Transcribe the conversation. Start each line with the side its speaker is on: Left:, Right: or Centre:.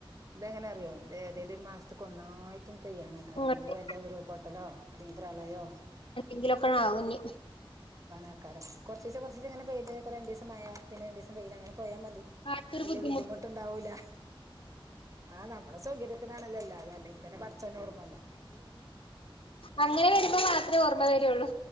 Right: ഇതെങ്ങനെ അറിയോ അതെ അതേല ഒരു മാസത്തക്ക ഒന്നായി റ്റും പെയ്യാനക്കാര
Left: ഇങ്ങട്ട്
Right: എന്നിട്ട് വല്ല ഉരുൾപൊട്ടലോ അല്ലെങ്കിൽ പ്രളയോ
Left: എങ്കിലൊക്കെ ആവന്
Right: ആക്കാരം കുറ ദിവസ കുറചീസം പെയ്ത അങ്ങനെെയ്ത് രണ്ട് ദിവസമായ പിന്നെ രണ്ട് ദസം വെയിൽ അങ്ങനെ പോയാ മതി
Left: ആർക്കൊരു
Right: വല്യ
Left: ബുദ്ധിമുട്ട്
Right: ബുദ്ധിമുട്ടുണ്ടാവൂല ആഹ് നമ്മളെ സൗകര്യത്തിനാണല്ലോ അല്ലാതെ അല്ലെങ്കി തന്നെ പടച്ചോന ഓർമ്മയില്ല
Left: അങ്ങനെ വരുമ്പോ മാത്ര ഓർമ്മ വരുള്ളൂ